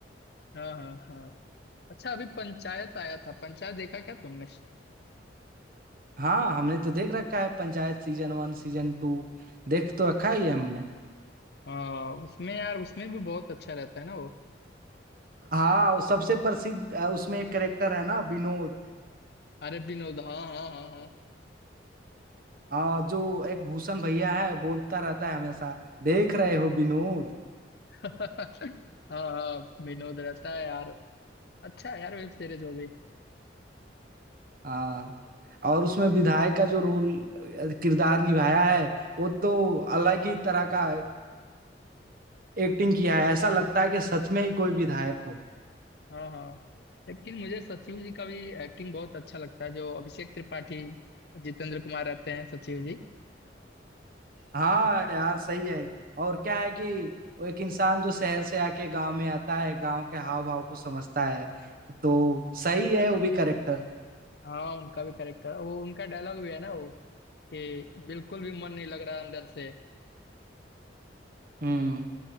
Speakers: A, on the left (about 60°); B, on the right (about 50°).
A: हाँ हाँ हाँ अच्छा अभी पंचायत आया था पंचायत देखा क्या तुमने
B: हाँ हमने तो देख रखा है पंचायत सीजन वन सीजन टू देख तो रखा ही है हमने
A: हाँ उसमें यार उसमें भी बहुत अच्छा रहता है ना वो
B: हाँ वो सबसे प्रसिद्ध अ, उसमें एक करेक्टर है ना विनोद
A: अरे विनोद हाँ हाँ हाँ हाँ
B: हाँ जो एक भूषण भैया है बोलता रहता है हमेशा देख रहे हो विनोद
A: <laughs> हाँ हाँ विनोद रहता है यार अच्छा है यार वेब सीरीज वो भी
B: हाँ और उसमें
A: हम्म
B: विधायक का जो रोल किरदार निभाया है वो तो अलग ही तरह का एक्टिंग किया है ऐसा लगता है कि सच में ही कोई विधायक हो
A: हाँ हाँ लेकिन मुझे सचिव जी का भी एक्टिंग बहुत अच्छा लगता है जो अभिषेक त्रिपाठी जितेंद्र कुमार रहते हैं सचिव जी
B: हाँ यार सही है और क्या है कि वो एक इंसान जो शहर से आके गांव में आता है गांव के हाव भाव को समझता है तो सही है वो भी करेक्टर
A: हाँ उनका भी करेक्टर वो उनका डायलॉग भी है ना वो कि बिल्कुल भी मन नहीं लग रहा अंदर से
B: हम्म